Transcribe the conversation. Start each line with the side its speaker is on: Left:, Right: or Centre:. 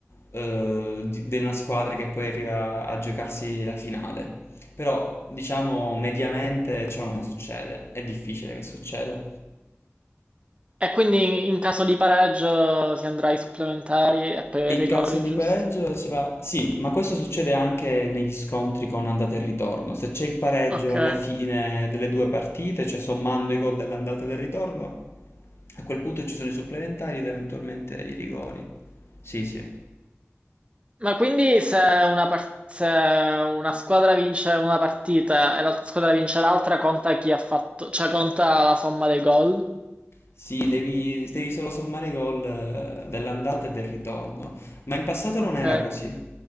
Left: eh, di, di una squadra che poi arriva a giocarsi la finale. Però, diciamo, mediamente ciò non succede, è difficile che succeda.
Right: E quindi in caso di pareggio si andrà ai supplementari e poi
Left: In
Right: ai rigori,
Left: caso di
Right: giusto?
Left: pareggio si va... Sì, ma questo succede anche negli scontri con andata e ritorno. Se c'è il pareggio
Right: Okay.
Left: alla fine delle due partite, cioè sommando i gol dell'andata e del ritorno, a quel punto ci sono i supplementari ed eventualmente i rigori. Sì, sì.
Right: Ma quindi se una, par- se una squadra vince una partita e l'altra squadra vince l'altra, conta chi ha fatto, cioè conta la somma dei gol?
Left: Sì, devi, devi solo sommare i gol eh, dell'andata e del ritorno, ma in passato
Right: Ok,
Left: non era così.